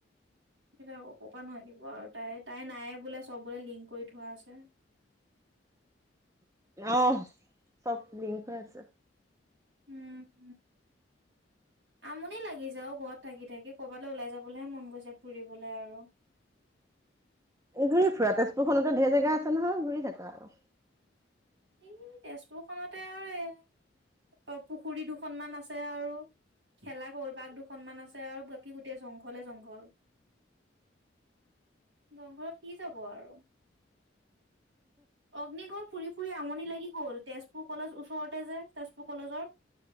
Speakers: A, on the right; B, on the right.
A: সেই বিলাক কৰপাৰা নো আহিব আৰু তাই তাই নায়ে বোলে চ'ব বোলে লিংক কৰি থোৱা আছে। <inaudible>
B: আহ চ'ব লিংক হৈ আছে।
A: উম, উম। আমনি লাগিছে। অ' ঘৰত থাকি থাকি কৰবালৈ ওলাই যাবলৈ হে মন গৈছে, ফুৰিবলৈ আৰু <inaudible>
B: ঘূৰি ফুৰা তেজপুৰ খনতে ঢেৰ জেগা আছে নহয় ঘূৰি থাকা আৰু।
A: এই তেজপুৰ খনতে আৰু এ আৰু পুখুৰী দুখনমান আছে আৰু খেলা কলপাক দুখনমান আছে আৰু বাকী গোটেই জংঘলে জংঘল। জংঘলত কি যাব আৰু? অগ্নিগড় ফুৰি ফুৰি আমনি লাগি গ'ল তেজপুৰ কলেজ ওচৰতে যে তেজপুৰ কলেজৰ।